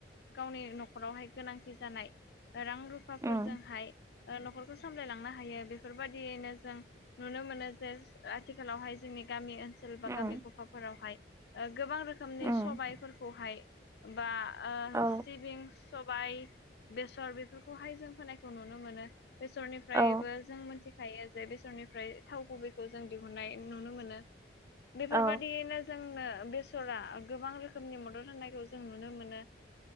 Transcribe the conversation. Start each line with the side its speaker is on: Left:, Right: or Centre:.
Left: गावनि न'खरावहाय गोनांथि जानाय रां रुफाफोरजोंहाय
Right: उम
Left: न'खरखौ सामलायलांनो हायो बेफोरबायदियैनो जों नुनो मोनो जे आथिखालावहाय जोंनि गामि ओनसोल बा
Right: उम
Left: गामि गफाफोरावहाय गोबां रोखोमनि
Right: उम
Left: सबायफोरखौहाय बा
Right: औ
Left: सिबिंस सबायाइ बेसर बेफोरखौहाय जों खोनायखौ नुनो मोनो बेसरनिफ्रायबो
Right: औ
Left: जों मिथिखायो जे बेसरनि ओमफ्राय थाव गुबैखौ जों दिहुननाय नुनो मोनो बेफोरबादियैनो
Right: औ
Left: जोंनो बेसरा गोबां रोखोमनि मदद होनायखौ जों नुनो मोनो